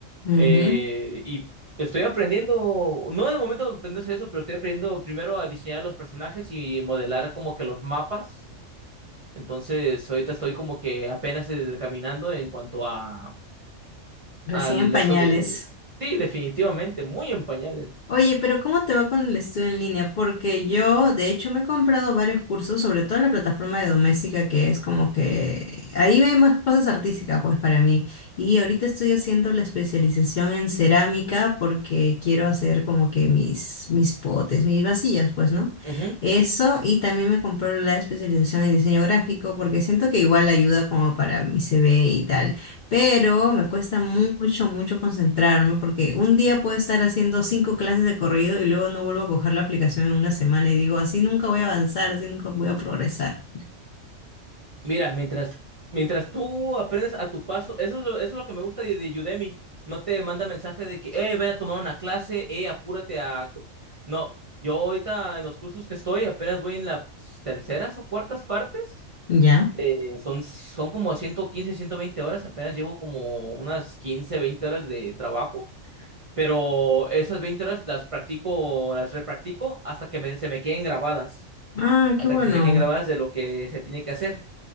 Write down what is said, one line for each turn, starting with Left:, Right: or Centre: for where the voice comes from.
Left: ujú.
Right: Eh, y estoy aprendiendo, no de momento aprendiendo a hacer eso, pero estoy aprendiendo primero a diseñar los personajes y modelar como que los mapas. Entonces, ahorita estoy como que apenas eh, caminando en cuanto a
Left: Recién
Right: al
Left: en pañales.
Right: eso de... Sí, definitivamente, muy en pañales.
Left: Oye, pero ¿cómo te va con el estudio en línea? Porque yo, de hecho, me he comprado varios cursos, sobre todo en la plataforma de doméstica, que es como que ahí hay más cosas artísticas, pues para mí. Y ahorita estoy haciendo la especialización en cerámica porque quiero hacer como que mis, mis potes, mis vasillas, pues, ¿no?
Right: Ujú.
Left: Eso, y también me compré la especialización en diseño gráfico porque siento que igual ayuda como para mi CV y tal pero me cuesta mucho, mucho concentrarme porque un día puedo estar haciendo cinco clases de corrido y luego no vuelvo a coger la aplicación en una semana y digo, así nunca voy a avanzar, así nunca voy a progresar.
Right: Mira, mientras, mientras tú aprendes a tu paso, eso es lo, eso es lo que me gusta de, de Udemy. No te manda mensaje de que, eh, ven a tomar una clase, eh, apúrate a... No, yo ahorita en los cursos que estoy apenas voy en las terceras o cuartas partes.
Left: ¿Ya?
Right: De, son, son como ciento quince ciento veinte horas, apenas llevo como unas 15 20 horas de trabajo. pero esas 20 horas las practico, las repractico hasta que me- se me queden grabadas,
Left: Ah,
Right: hasta
Left: qué bueno.
Right: que se me queden grabadas de lo que se tiene que hacer.